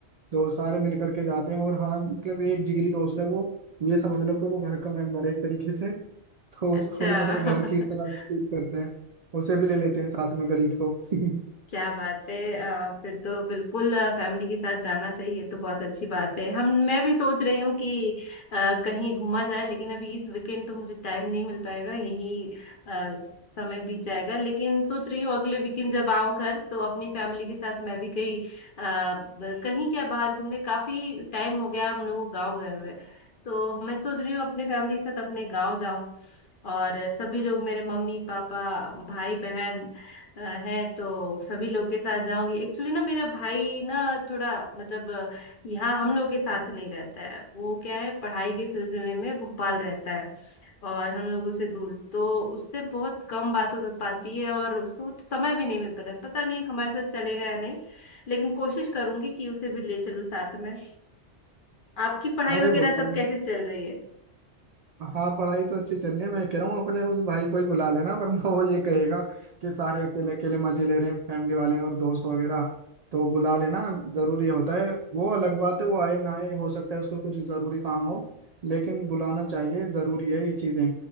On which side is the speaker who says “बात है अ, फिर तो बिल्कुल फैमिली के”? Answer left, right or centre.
Left